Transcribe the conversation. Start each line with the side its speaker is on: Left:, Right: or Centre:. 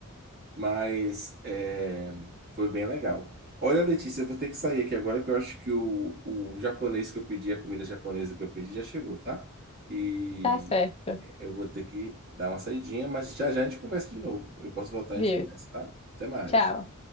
Right: Mas é, foi bem legal. Olha, Letícia, eu vou ter que sair aqui agora, que eu acho que o, o japonês que eu pedi, a comida japonesa que eu pedi, já chegou, tá? E
Left: tá certo.
Right: eu vou ter que dar uma saidinha, mas já já a gente conversa de novo. Eu posso voltar e
Left: Viu?
Right: a gente conversa, tá? Até mais.
Left: Tchau.